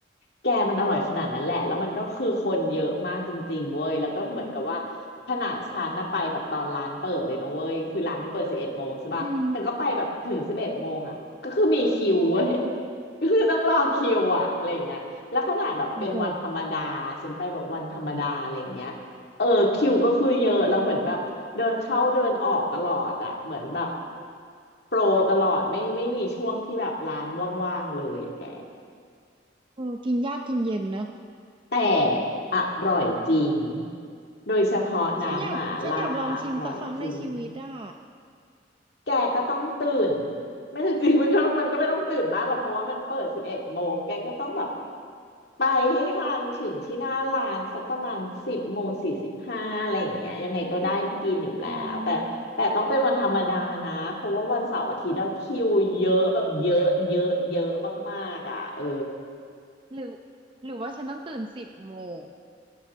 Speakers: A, on the left; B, on the right.
A: แกมันอร่อยขนาดนั้นแหละแล้วมันก็คือคนเยอะมากจริงๆเว้ยแล้วก็เหมือนกับว่าขนาดฉันน่ะไปแบบตอนร้านเปิดเลยนะเว้ยคือร้านมันเปิดสิบเอ็ดโมงใช่ป่ะฉันก็ไปแบบถึงสิบเอ็ดโมงอ่ะก็คือมีคิวเว้ย
B: อืม
A: <laughs> ก็คือต้องรอคิวอ่ะอะไรอย่างเงี้ยแล้วขนาดแบบเป็นวันธรรมดาฉันไปแบบวันธรรมดาอะไรอย่างเงี้ยเออคิวก็คือเยอะแล้วเหมือนแบบเดินเข้าเดินออกตลอดอ่ะเหมือนแบบ
B: โอ้โห
A: โปรตลอดไม่ไม่มีช่วงที่แบบร้านว่างๆเลยอะแก
B: เออกินยากกินเย็นเนอะ
A: แต่อร่อยจริง โดยเฉพาะน้ำหม่าล่าอร่อยจริง
B: ฉันอยากฉันอยากลองชิมสักครั้งในชีวิตอ่ะ
A: แกก็ต้องตื่น ไม่จริงมันก็มันก็ไม่ต้องตื่นมากหรอกเพราะว่ามันเปิดสิบเอ็ดโมงแกก็ต้องแบบไปให้ทันถึงที่หน้าร้านสักประมาณสิบโมงสี่สิบห้าอะไรอย่างเงี้ยยังไงก็ได้กินอยู่แล้วแต่แต่ต้องเป็นวันธรรมดานะ
B: อ๋อ
A: เพราะว่าวันเสาร์อาทิตย์อะคิวเยอะแบบเยอะเยอะเยอะมากๆอ่ะเออ
B: หรือหรือว่าฉันต้องตื่นสิบโมง